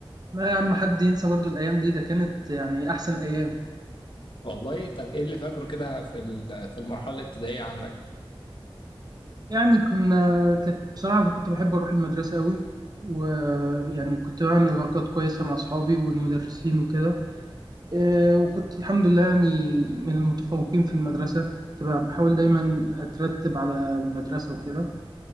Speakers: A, on the right; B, on the left.
A: لا يا عم حد ينسى برضو الايام دي ده كانت يعني احسن ايام
B: والله طب ايه اللي فاكره كده في ال- في المرحله الابتدائيه عندك
A: يعني كنا كانت بصراحة كنت بحب اروح المدرسة قوي ويعني كنت بعمل علاقات كويسة مع اصحابي والمدرسين وكده آه، وكنت الحمد لله يعني من المتفوقين في المدرسة كنت بحاول دايما اترتب على المدرسة وكده